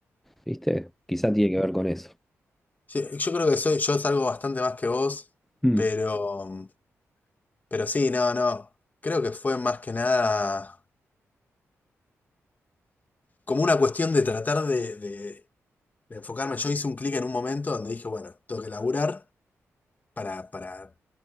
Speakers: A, in the centre; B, on the left (about 35°).
A: ¿viste? Quizá tiene que ver con eso.
B: Sí, Yo creo que soy, yo salgo bastante más que vos,
A: Mm,
B: pero, pero sí, no, no. Creo que fue más que nada como una cuestión de tratar de, de- de enfocarme. Yo hice un clic en un momento donde dije, bueno, tengo que laburar para, para,